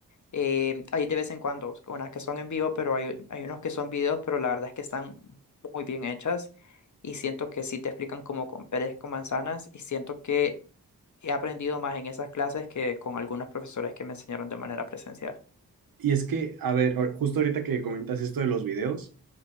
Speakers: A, on the left; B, on the right.
A: eh, hay de vez en cuando unas que son en vivo, pero hay, hay unos que son videos, pero la verdad es que están muy bien hechas y siento que sí te explican como con peras con manzanas y siento que he aprendido más en esas clases que con algunos profesores que me enseñaron de manera presencial.
B: Y es que, a ver, ahor- justo ahorita que comentas esto de los videos,